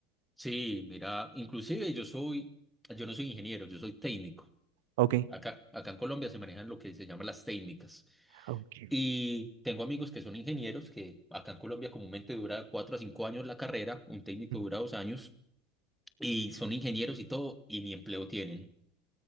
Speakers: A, in the centre; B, on the right.
A: Sí, mira, inclusive yo soy, yo no soy ingeniero, yo soy técnico.
B: Ok,
A: Acá, acá en Colombia se manejan lo que se llama las técnicas.
B: ok.
A: Y tengo amigos que son ingenieros, que acá en Colombia comúnmente dura cuatro a cinco años la carrera, un técnico
B: <laughs>
A: dura dos años, y son ingenieros y todo, y ni empleo tienen.